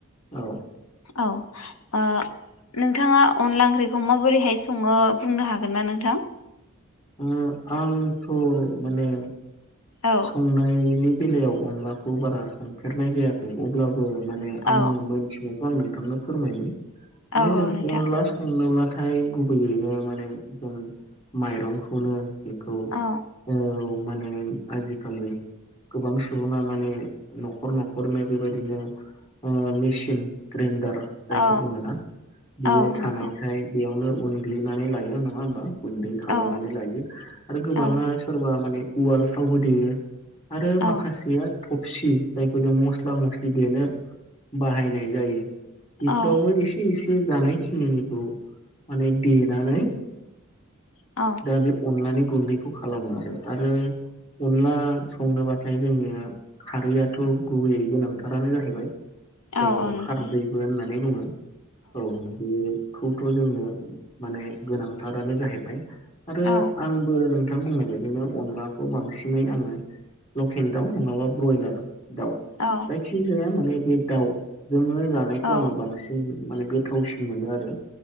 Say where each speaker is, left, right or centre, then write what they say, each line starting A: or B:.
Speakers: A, on the left; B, on the left.
A: औ।
B: औ ओ नोंथाङा अनला ओंख्रिखौ माबोरैहाय सङो बुंनो हागोन ना नोंथां?
A: ओम आंथ' माने
B: औ
A: संनायनि बेलायाव अनलाखौ बारा संफेरनाय जायाखै। अब्ला बो माने आं
B: औ
A: मोनथिनायखौ आं नोंथांनो फोरमायनि माने
B: औ
A: जों
B: औ नोंथां
A: अनला संनोब्लाथाय गुबैयैनो माने जों माइरंखौनो बेखौ
B: औ
A: औ माने आजिखालि गोबां सुबुङा माने न'खर न'खरनो बेबायदिनो ओ मेचिन ग्रेन्दार
B: औ
A: जायखौ बुङोना, बियो
B: औ
A: थानायखाय
B: नंगौ
A: बेयावनो उनग्लिनानै लायो नङा होमबा? गुन्दै खालामनानै
B: औ
A: लायो आरो गोबाङा
B: औ
A: सोरबा माने उवालफ्रावबो देयो। आरो माखासेया
B: औ
A: थफसि जायखौ जों मस्ला मस्लि देनो बाहायनाय जायो। बेफोरावबो
B: औ
A: एसे एसे जानाय खिनिनिखौ माने देनानै
B: औ
A: दा बे अनलानि गुन्दैखौ खालामो आरो। आरो अनला संनोबाथाय जोंनिया खारैयाथ' गुबैयै गोनांथारानो जाहैबाय।
B: औ
A: जायखौ
B: औ नंगौ
A: खारदैबो होननानै बुङो औ। बेखौथ' जोंनो माने गोनांथारानो जाहैबाय। आरो
B: औ
A: आंबो नोंथां बुंनाय बायदिनो अनलाखौ बांसिन सिनै आङो लकेल दाउ नङाबा ब्रयलार दाउ
B: औ।
A: खि जाया माने बे दाउजोंनो जानायखौ
B: औ
A: आङो बांसिन माने गोथावसिन मोनो आरो।